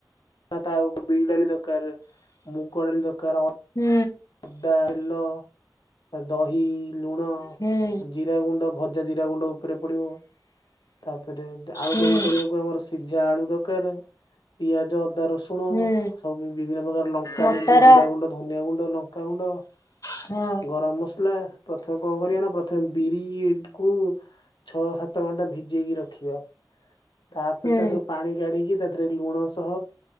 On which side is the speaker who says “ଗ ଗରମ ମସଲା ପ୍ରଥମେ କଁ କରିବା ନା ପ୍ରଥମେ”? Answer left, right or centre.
Left